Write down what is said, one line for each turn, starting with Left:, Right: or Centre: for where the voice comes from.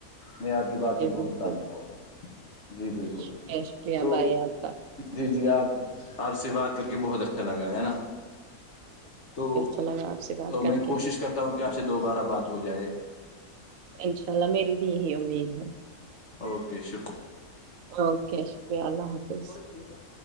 Left: میں آپ کی بات
Right: جی
Left: سے بہت
Right: بالکل
Left: متاثر ہوا جی بالکل
Right: شکریہ شکریہ
Left: تو
Right: بھائی آپ کا
Left: جی جی آپ آپ سے بات کر کے بہت اچھا لگا ہے ہے نا تو
Right: ال لگاپ سے بات
Left: تو
Right: کر
Left: میں کوشش
Right: کے
Left: کرتا ہوں کہ آپ سے دوبارہ بات ہو جائے
Right: انشاء اللہ میری بھی یہی امید ہے
Left: اوکے شکریہ
Right: اوکے شکریہ اللہ حافظ
Left: ہے